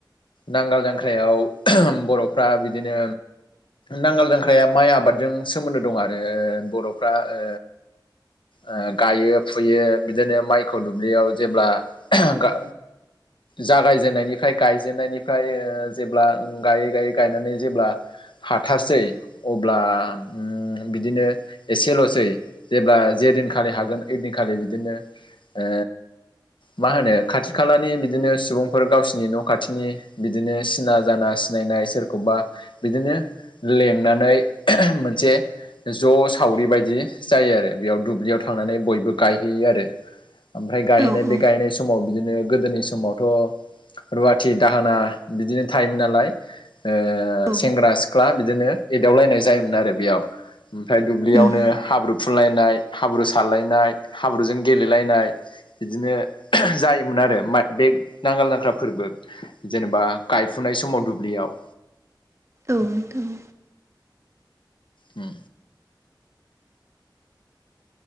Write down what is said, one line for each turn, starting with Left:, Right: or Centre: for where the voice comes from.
Left: नांगाल जांख्रायाव ओह बर'फ्रा बिदिनो नांगाल जांख्राया माइ आबादजों सोमोन्दो दं आरो बर'फ्रा ओ ओ गायो फुयो बिदिनो माइखौ दुब्लियाव जेब्ला गा जागायजेननायनिफ्राय गाय जेननायनिफ्राय ओ जेब्ला गायै गायै गायनानै जेब्ला हाथारसै अब्ला उम बिदिनो एसेल'सै जेब्ला जे दिनखालि हागोन ओइदिनखालि बिदिनो ओ मा होनो खाथि खालानि बिदिनो सुबुंफोर गावसिनि न' खाथिनि बिदिनो सिना जाना सिनायनाय सोरखौबा बिदिनो लेंनानै मोनसे ज' सावरि बायदि जायो आरो बेयाव दुब्लियाव थांनानै बयबो गायहै यो आरो ओमफ्राय गायनाय
Right: औ औ
Left: बे गायनाय समाव बिदिनो गोदोनि समावथ' रुवाथि दाहोना बिदिनो थायोमोन नालाय ओ
Right: औ
Left: सेंग्रा सिख्ला बिदिनो एदावलायनाय जायोमोन आरो बेयाव ओमफ्राय दुब्लियावनो
Right: उम
Left: हाब्रुु फुनलायनाय हाब्रु सारलायनाय हाब्रुजों गेलेलायनाय बिदिनो जायोमोन आरो बात बे नांगोल जांख्रा फोरबो जेनेबा गायफुनाय समाव दुब्लियाव।
Right: औ नोंथां औ।
Left: ओम।